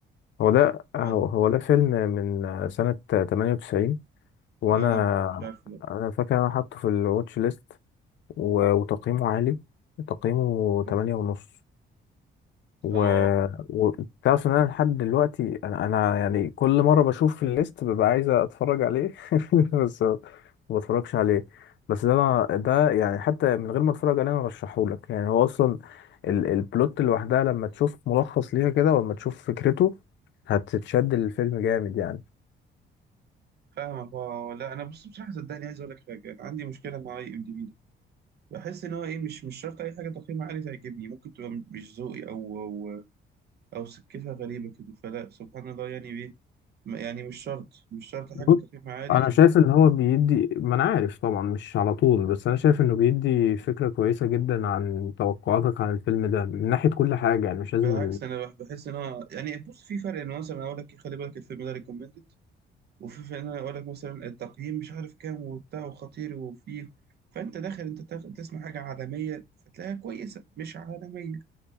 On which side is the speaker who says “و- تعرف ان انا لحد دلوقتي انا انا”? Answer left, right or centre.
Left